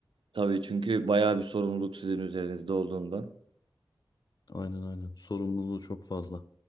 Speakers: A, on the right (about 85°); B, on the left (about 50°).
A: Tabii çünkü bayağı bir sorumluluk sizin üzerinizde olduğundan.
B: Aynen aynen. Sorumluluğu çok fazla.